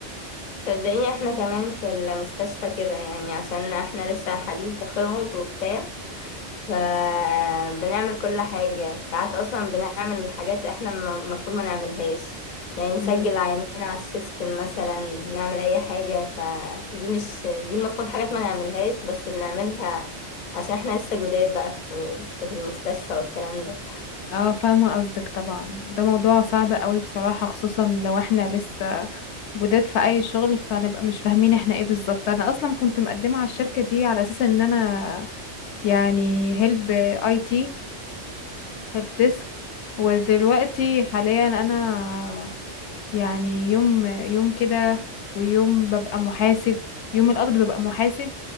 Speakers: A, on the left; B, on the left.
A: صدقيني احنا كمان في المستشفى كده يعني عشان احنا لسه حديث تخرج وبتاع فبنعمل كل حاجة ساعات اصلا بنعمل حاجات احنا م- المفروض ما نعملهاش يعني نسجل
B: مم.
A: عيانين على السيستم مثلا نعمل اي حاجة فدي مش دي المفروض حاجات ما نعملهاش بس بنعملها عشان احنا لسه جداد بقى في في المستشفى والكلام
B: اه فاهمة قصدك طبعا ده موضوع صعب قوي بصراحة خصوصا لو احنا لسه جداد في اي شغل فنبقى مش فاهمين احنا ايه بالظبط انا اصلا كنت مقدمة على الشركة دي على اساس ان انا يعني هيلب اي تي هيلب ديسك ودلوقتي حاليا انا يعني يوم يوم كده ويوم ببقى محاسب يوم القبض ببقى محاسب